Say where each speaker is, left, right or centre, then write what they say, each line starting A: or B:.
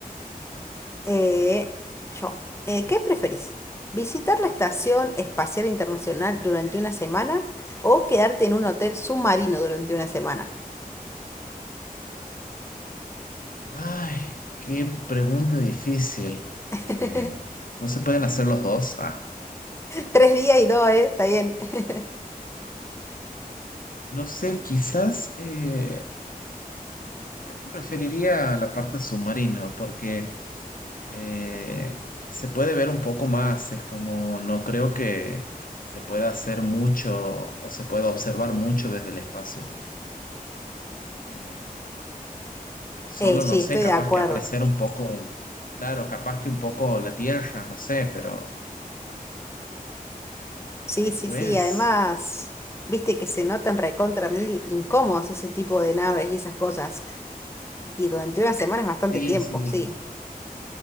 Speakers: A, on the left; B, on the left.
A: Eh, yo, eh, ¿qué preferís? ¿Visitar la Estación Espacial Internacional durante una semana o quedarte en un hotel submarino durante una semana?
B: Ay, qué pregunta difícil.
A: <laughs>
B: Eh, ¿no se pueden hacer los dos? Ah,
A: Tres días y dos, ¿eh? Está bien. <laughs>
B: no sé, quizás eh, creo que preferiría la parte submarina porque eh, se puede ver un poco más. Es como, no creo que se pueda hacer mucho o se pueda observar mucho desde el espacio. Eh, Solo
A: Eh, sí,
B: no sé,
A: estoy
B: capaz
A: de acuerdo.
B: que apreciar un poco, claro, capaz que un poco la tierra, no sé, pero
A: Sí,
B: después,
A: sí, sí. Además, viste que se notan recontra mil incómodos ese tipo de naves y esas cosas. Y durante una semana es bastante
B: sí,
A: tiempo,
B: sí.
A: sí.